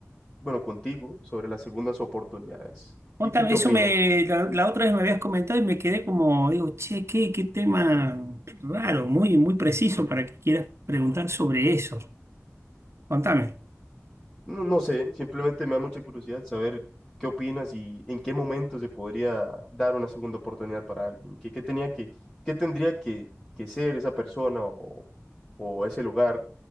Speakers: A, on the left; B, on the right.
A: bueno, contigo, sobre las segundas oportunidades.
B: Contame,
A: ¿Qué, qué, qué
B: eso
A: opinas?
B: me, la, la otra vez me habías comentado y me quedé como, digo, che, qué, qué tema raro, muy, muy preciso para que quieras preguntar sobre eso. Contame.
A: No, no sé, simplemente me da mucha curiosidad saber qué opinas y en qué momento se podría dar una segunda oportunidad para alguien. ¿Qué, qué tenía que, qué tendría que, que ser esa persona o, o ese lugar